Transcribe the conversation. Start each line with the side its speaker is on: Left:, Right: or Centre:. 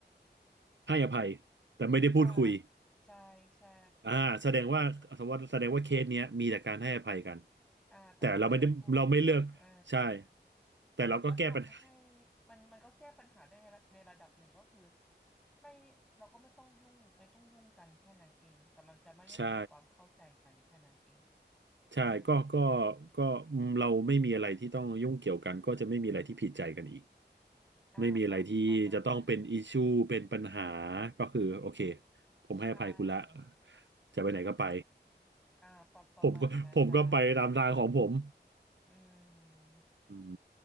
Right: ให้อภัยแต่ไม่ได้พูดคุย
Centre: อ่าใช่ใช่
Right: อ่าแสดงว่าแสดงว่าแสดงว่าเคสเนี้ยมีแต่การให้อภัยกัน
Centre: อ่าแต่ก็ไม่ได้พูดไม่เออ
Right: แต่เราไม่ได้เราไม่เลือกใช่
Centre: แต่มันก็ทำให้
Right: แต่เราก็แก้ปัญหา
Centre: มันมันก็แก้ปัญหาได้ในระในระดับหนึ่งก็คือไม่เราก็ไม่ต้องยุ่งไม่ต้องยุ่งกันแค่นั้นเองแต่มันจะไม่ได้เกิดความเข้าใจกันแค่นั้นเอง
Right: ใช่ใช่ก็ก็
Centre: อืม
Right: ก็อืมเราไม่มีอะไรที่ต้องยุ่งเกี่ยวกันก็จะไม่มีอะไรที่ผิดใจกันอีก
Centre: อ่าประประมาณนั้น
Right: ไม่มีอะไรที่จะต้องเป็นอิชูเป็นปัญหาก็คือโอเคผมให้อภัยคุณละ
Centre: ใช่
Right: จะไปไหนก็ไป
Centre: อ่าประประมาณนั้นแหละค่ะใช่
Right: <laughs> ผมก็ผมก็ไปตามทางของผม
Centre: อืม
Right: อืม